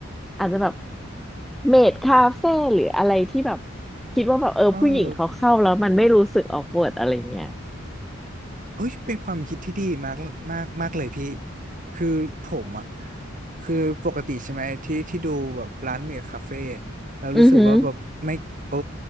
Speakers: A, in the centre; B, on the right.
A: อาจจะแบบเมดคาเฟ่หรืออะไรที่แบบคิดว่าแบบเออผู้หญิงเขาเข้าแล้วมันไม่รู้สึกออกเวิร์ดอะไรเงี้ย
B: เออ เอ้ยเป็นความคิดที่ดีมากมากมากเลยพี่คือผมอ่ะคือปกติใช่ไหมที่ที่ดูแบบร้านเมคคาเฟ่เรารู้สึกว่าแบบไม่โอ้
A: <laughs> อือหือ